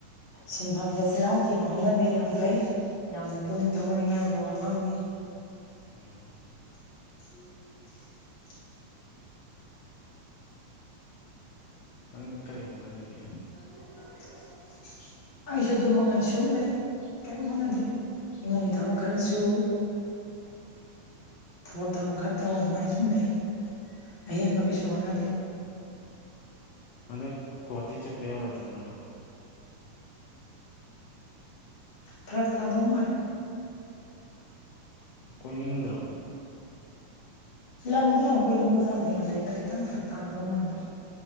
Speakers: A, on the left; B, on the left.
A: ꯁꯤꯟꯐꯝꯗ ꯆꯜꯍꯥꯎ ꯊꯤꯕ ꯍꯧꯅꯗꯦ ꯌꯥꯝ ꯐꯩ ꯌꯥꯝꯅ ꯄꯨꯛꯅꯤꯡ ꯊꯧꯒꯠꯅꯤꯡꯉꯥꯏ ꯑꯣꯏꯕ ꯋꯥꯐꯝꯅꯤ
B: ꯎꯝ
A: ꯎꯝ
B: ꯅꯪꯗ ꯀꯔꯤ ꯍꯣꯠꯅꯔꯤꯒꯦ
A: <unintelligible> ꯑꯩꯁꯨ ꯑꯗꯨꯝ ꯃꯉꯥꯏ ꯁꯨꯝ ꯂꯩ ꯀꯔꯤꯝ ꯍꯣꯠꯅꯗꯦ ꯏꯃꯨꯡꯒꯤ ꯊꯕꯛ ꯈꯔꯁꯨ ꯊꯕꯛ ꯊꯧꯔꯝ ꯈꯔ ꯇꯧꯕ ꯑꯗꯨꯃꯥꯏꯅ ꯁꯨꯝ ꯂꯩ ꯑꯍꯦꯟꯕ ꯀꯩꯁꯨ ꯍꯣꯠꯅꯗꯦ
B: ꯑꯗꯣ ꯀꯨꯍꯇꯤ ꯆꯄꯦꯌꯥꯔ ꯑꯗꯨꯅ
A: ꯐꯔꯞ ꯊꯥꯗꯧ ꯃꯥꯜꯂꯦ
B: ꯀꯣꯏꯅꯤꯡꯗ꯭ꯔ
A: ꯂꯪꯒꯗ ꯑꯃ ꯀ ꯅꯤꯡꯅꯨꯡ ꯃꯖꯥ ꯑꯗꯨꯗꯩꯗ ꯈꯤꯇꯪ ꯐꯔꯛ ꯇꯥꯔꯗꯧ ꯃꯥꯟꯥꯟꯕ